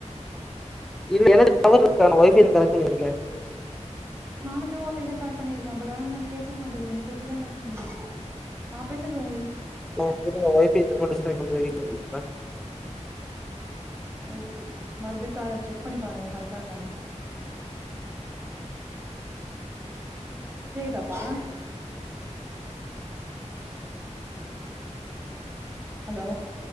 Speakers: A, in the centre; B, on the right.
A: இல்ல எனக் டவர் இருக்கு நா ஒய்ஃவை கனெட் பண்ணியிருக்கே
B: நானுமே ஒய்ஃபை தா கனெட் பண்ணிருக்கே ப்ரோ ஆனா எனக்கு கேட்க மாட்டது நீங்க பேசுதா கேட்க மாட்டது நா பேசுது உங்க
A: <unintelligible> வைஃபை திரும்ப டிஸ்கனட் <unintelligible> ஆ
B: ஓக்கே மறுபடி பாய செக் பண்ணி பாருங்க கரெக்டா இருக்கானு கேக்குதாப்பா ஹலோ